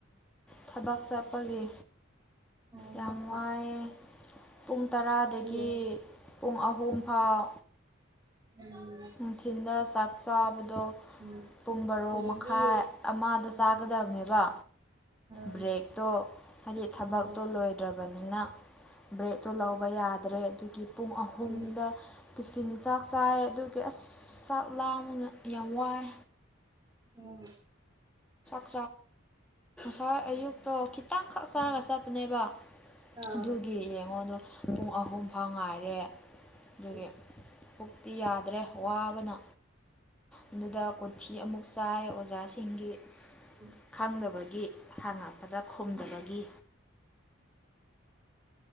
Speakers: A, in the centre; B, on the right.
A: ꯊꯕꯛ ꯆꯠꯄꯒꯤ꯫
B: ꯎꯝ
A: ꯌꯥꯝ ꯋꯥꯏꯑꯦ ꯄꯨꯡ ꯇꯔꯥꯗꯒꯤ
B: ꯍꯌꯦꯡ
A: ꯄꯨꯡ ꯑꯍꯨꯝꯐꯥꯎ
B: ꯎꯝ
A: ꯅꯨꯡꯊꯤꯜꯗ ꯆꯥꯛ ꯆꯥꯕꯗꯣ
B: ꯎꯝ
A: ꯄꯨꯡ ꯕꯔꯣ
B: ꯍꯌꯦꯡꯗꯤ
A: ꯃꯈꯥꯏ ꯑꯃꯗ
B: ꯎꯝ
A: ꯆꯥꯒꯗꯕꯅꯦꯕ
B: ꯎꯝ
A: ꯕ꯭ꯔꯦꯛꯇꯣ ꯍꯥꯏꯗꯤ ꯊꯕꯛꯇꯣ
B: ꯎꯝ
A: ꯂꯣꯏꯗ꯭ꯔꯕꯅꯤꯅ ꯕ꯭ꯔꯦꯗꯠꯇꯨ ꯂꯧꯕ ꯌꯥꯗ꯭ꯔꯦ ꯑꯗꯨꯒꯤ ꯄꯨꯡ ꯑꯍꯨꯝꯗ
B: ꯎꯝ ꯎꯝ
A: ꯇꯤꯐꯤꯟ ꯆꯥꯛ ꯆꯥꯏ ꯑꯗꯨ ꯀꯦꯁ ꯆꯥꯛ ꯂꯥ ꯑꯃꯅ ꯌꯥꯝ ꯋꯥꯏ
B: ꯑꯣ
A: ꯁꯥ ꯁꯥꯥ ꯑꯌꯨꯛ ꯇꯣ ꯈꯤꯇꯪꯈꯛ ꯆꯥꯔꯒ
B: ꯎꯝ
A: ꯆꯠꯄꯅꯦꯕ
B: ꯑꯥꯎ
A: ꯑꯗꯨꯒꯤ ꯌꯦꯡꯉꯣꯗꯣ ꯄꯨꯡ ꯑꯍꯨꯝ ꯐꯥꯎ ꯉꯥꯏꯔꯦ ꯑꯗꯨꯒꯤ
B: ꯎꯝ
A: ꯌꯥꯗ꯭ꯔꯦ ꯋꯥꯕꯅ ꯑꯗꯨꯗ ꯀꯣꯊꯤ ꯑꯃꯨꯛ ꯆꯥꯏ ꯑꯣꯖꯥꯁꯤꯡꯒꯤ
B: ꯎꯝ
A: ꯈꯪꯗꯕꯒꯤ ꯍꯥꯡꯉꯛꯄꯗ ꯈꯨꯝꯗꯕꯒꯤ